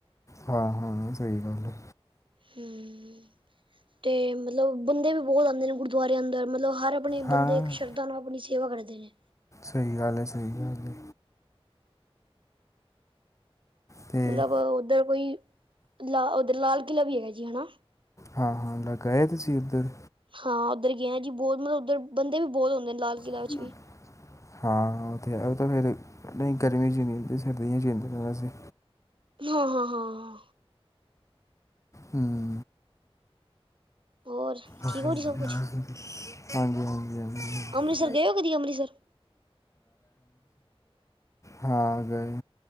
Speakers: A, on the left; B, on the right.
A: ਹਾਂ ਹਾਂ ਸਹੀ ਗੱਲ ਐ।
B: ਹੁਂ, ਤੇ ਮਤਲਬ ਬੰਦੇ ਵੀ ਬੋਤ ਆਂਦੇ ਨੇ ਗੁਰਦੁਆਰੇ ਅੰਦਰ, ਮਤਲਬ ਹਰ ਆਪਣੇ
A: ਹਾਂ
B: ਬੰਦੇ, ਇੱਕ ਸ਼ਰਧਾ ਨਾਲ ਆਪਣੀ ਸੇਵਾ ਕਰਦੇ ਨੇ।
A: ਸਈ ਗੱਲ ਏ, ਸਈ ਗੱਲ ਏ। ਤੇ
B: ਮਤਲਬ ਓਧਰ ਕੋਈ ਲ, ਓਧਰ ਲਾਲ ਕਿਲ੍ਹਾ ਵੀ ਹੈਗਾ ਜੀ ਹੈਨਾ।
A: ਹਾਂ-ਹਾਂ ਲਗਾ ਯਾ, ਤੁਸੀ ਉੱਧਰ।
B: ਹਾਂ ਓਧਰ ਗਿਆ ਜੀ, ਬੋ ਮਲਬ ਓਧਰ ਬੰਦੇ ਵੀ ਬੋਤ ਹੁੰਦੇ ਲਾਲ। ਕਿਲ੍ਹਾ
A: <unintelligible>
B: ਵਿੱਚ ਵੀ
A: ਹਾਂ ਓਤੇ ਹੈ, ਓ ਤਾਂ ਫਿਰ ਨਈ ਗਰਮੀ ਚ ਨੀ ਹੁੰਦੀ, ਸਰਦੀਆਂ ਚੀ ਹੁੰਦੀ ਵੈਸੇ।
B: ਹਾਂ-ਹਾਂ-ਹਾਂ
A: ਹੂੰ
B: ਹੋਰ।
A: ਹਾਂਜੀ-ਹਾਂਜੀ-ਹਾਂਜੀ
B: ਠੀਕ ਹੋ ਜੀ ਸਭ ਕੁਛ
A: <unintelligible>
B: ਅੰਮ੍ਰਿਤਸਰ ਗਏ ਹੋ ਕਦੀ ਅੰਮ੍ਰਿਤਸਰ
A: ਹਾ ਗਏ